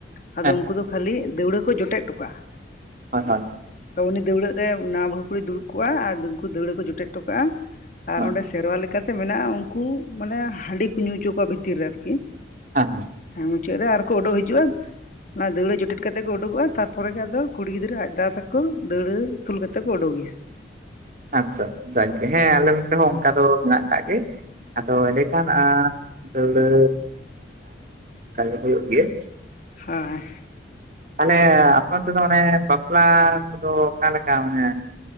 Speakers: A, on the left (about 45°); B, on the right (about 45°).
A: ᱟᱫᱚ
B: ᱦᱮᱸ
A: ᱩᱱᱠᱩ ᱫᱚ ᱠᱷᱟᱹᱞᱤ ᱫᱟᱹᱣᱲᱟᱹ ᱠᱚ ᱡᱚᱴᱮᱫ ᱦᱚᱴᱚ ᱠᱟᱜᱼᱟ <inaudible>
B: ᱦᱳᱭ ᱦᱳᱭ <inaudible>
A: ᱩᱱᱤ ᱫᱟᱹᱲᱟᱹᱜ ᱨᱮ ᱱᱟ ᱵᱟᱹᱩ ᱠᱩᱲ ᱫᱩᱲᱩᱵ ᱠᱚᱜ ᱟᱨ ᱩᱱᱠᱩ ᱫᱟᱹᱣᱲᱟᱹ ᱠᱚ ᱡᱚᱴᱮᱫ ᱠᱚ <unintelligible> ᱴᱚ ᱠᱟᱜᱼᱟ ᱟᱨ
B: ᱦᱳᱭ
A: ᱚᱸᱰᱮ ᱥᱮᱨᱣᱟ ᱞᱮᱠᱟ <inaudible> ᱪᱤᱠᱟᱹᱛᱮ ᱢᱮᱱᱟᱜᱼᱟ ᱩᱱᱠᱩ ᱢᱟᱱᱮ ᱦᱟᱺᱰᱤ ᱠᱚ ᱧᱩ ᱚᱪᱚ ᱠᱚᱣᱟ ᱵᱷᱤᱛᱤᱨ ᱨᱮ ᱟᱨᱠᱤ
B: ᱦᱮᱸ ᱦᱮᱸ
A: ᱦᱮᱸ ᱢᱩᱪᱟᱹᱫ ᱨᱮ ᱟᱨ ᱠᱚ ᱩᱰᱩᱠ ᱦᱤᱡᱩᱜᱼᱟ ᱚᱱᱟ ᱫᱟᱹᱣᱲᱟᱹ ᱡᱚᱴᱮᱫ ᱠᱟᱛᱮᱜ ᱠᱚ ᱩᱰᱩᱠᱚᱜ ᱛᱟᱨᱯᱚᱨᱮ ᱟᱫᱚ ᱠᱩᱲᱤ ᱜᱤᱫᱽᱨᱟᱹ ᱟᱡ ᱫᱟ ᱛᱟᱠᱚ ᱠᱚ ᱫᱟᱹᱟᱹᱲᱟᱹ ᱛᱩᱞ ᱠᱟᱛᱮ ᱠᱚ ᱩᱰᱩᱠᱮᱭᱟ
B: ᱟᱪᱪᱷᱟ ᱟᱪᱪᱷᱟ ᱡᱟᱜᱮ ᱦᱮᱸ ᱟᱞᱮ ᱱᱚᱛᱮ ᱦᱚᱸ ᱚᱱᱠᱟ ᱫᱚ ᱢᱮᱱᱟᱜ ᱠᱟᱜ ᱜᱮ ᱟᱫᱚ ᱮᱸᱰᱮᱠᱷᱟᱱ ᱫᱟᱹᱣᱲᱟᱹ <unintelligible> ᱦᱩᱭᱩᱜ ᱜᱮᱭᱟᱹ
A: ᱦᱮᱸ <inaudible>
B: ᱛᱟᱦᱚᱞᱮ ᱟᱯᱮ ᱚᱱᱛᱮ ᱫᱚ ᱢᱟᱱᱮ ᱵᱟᱯᱞᱟ ᱠᱚᱫᱚ ᱚᱠᱟ ᱞᱮᱠᱟ ᱢᱟᱱᱮ?